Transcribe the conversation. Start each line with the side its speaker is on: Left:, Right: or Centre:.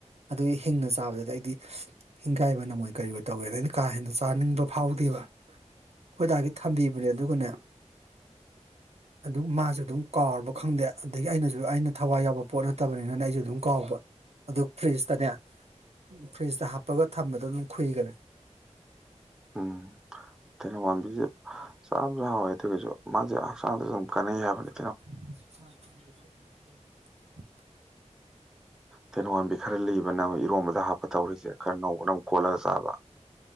Right: ꯑꯗꯨꯒꯤ ꯍꯤꯡꯅ ꯆꯥꯕꯗꯨꯗ ꯑꯩꯗꯤ ꯍꯤꯡꯒꯥꯏ ꯅꯃꯣꯏ ꯀꯔꯤꯑꯣꯏ ꯇꯧꯋꯦꯅ ꯑꯩꯅ ꯀꯥ ꯍꯦꯟꯅ ꯆꯥꯅꯤꯡꯕ ꯐꯥꯎꯗꯦꯕ ꯈꯣꯏꯗꯒꯤ ꯊꯝꯕꯤꯕꯅꯦ ꯑꯗꯨꯒꯅꯦ ꯑꯗꯨ ꯃꯥꯁꯨ ꯑꯗꯨꯝ ꯀꯥꯎꯔꯕ ꯈꯪꯗꯦ ꯑꯗꯒꯤ ꯑꯩꯅꯁꯨ ꯑꯩꯅ ꯊꯋꯥꯏ ꯌꯥꯎꯕ ꯄꯣꯠ ꯅꯠꯇꯕꯅꯤꯅꯅꯦ ꯑꯩꯁꯨ ꯑꯗꯨꯝ ꯀꯥꯎꯕ ꯑꯗꯨ ꯐ꯭ꯔꯤꯖꯇꯅꯦ ꯐ꯭ꯔꯤꯖꯇ ꯍꯥꯞꯄꯒ ꯊꯝꯕꯗꯣ ꯑꯗꯨꯝ ꯈꯨꯨꯏꯒꯔꯦ
Centre: ꯎꯝ <unintelligible> <unintelligible> ꯆꯥꯕꯗ ꯍꯥꯎꯏ ꯃꯥꯁꯦ ꯍꯛꯆꯥꯡꯗꯁꯨ ꯀꯥꯟꯅꯩ ꯍꯥꯏꯕꯅꯦ
Right: <inaudible> <unintelligible>
Centre: ꯇꯦꯅꯣꯋꯥꯝꯕꯤ ꯈꯔ ꯂꯤꯕꯅ ꯏꯔꯣꯝꯕꯗ ꯍꯥꯞꯄ ꯇꯧꯔꯤꯁꯦ ꯈꯔ ꯅꯧ ꯅꯪ ꯈꯣꯠꯂꯒ ꯆꯥꯕ